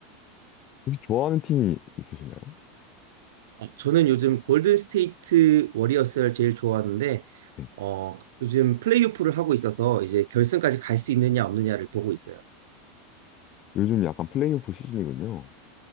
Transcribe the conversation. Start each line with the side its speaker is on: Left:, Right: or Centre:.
Left: 혹시 좋아하는 팀이 있으신가요?
Right: 어, 저는 요즘 골든 스테이트 워리어스를 제일 좋아하는데
Left: 네.
Right: 어, 요즘 플레이오프를 하고 있어서 이제 결승까지 갈 수 있느냐 없느냐를 보고 있어요.
Left: 요즘 약간 플레이오프 시즌이군요.